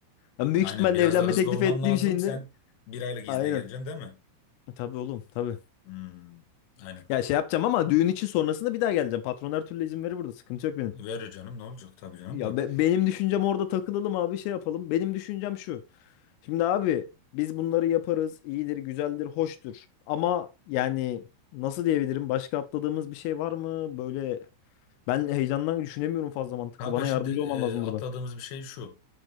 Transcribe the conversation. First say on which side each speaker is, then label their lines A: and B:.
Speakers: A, on the left (about 85°); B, on the left (about 65°).
A: Ben büyük
B: Aynen
A: ihtimalle
B: biraz
A: evlenme
B: da hızlı
A: teklifi
B: olman
A: ettiğim
B: lazım.
A: şeyin
B: Sen
A: de
B: bir aylık
A: aynen.
B: izne geleceksin değil mi?
A: E, Tabii oğlum tabii.
B: Hmm, aynen.
A: Ya şey yapacağım ama düğün için sonrasında bir daha geleceğim. Patron her türlü izin verir burada. Sıkıntı yok benim.
B: Verir canım ne olacak tabii canım
A: Ya
B: da.
A: be- benim düşüncem orada takılalım abi şey yapalım. Benim düşüncem şu. Şimdi abi biz bunları yaparız. iyidir, güzeldir, hoştur. Ama yani nasıl diyebilirim? Başka atladığımız bir şey var mı? Böyle ben heyecandan düşünemiyorum fazla mantıklı.
B: Kanka
A: Bana
B: şimdi
A: yardımcı
B: e,
A: olman lazım
B: atladığımız
A: burada.
B: bir şey şu.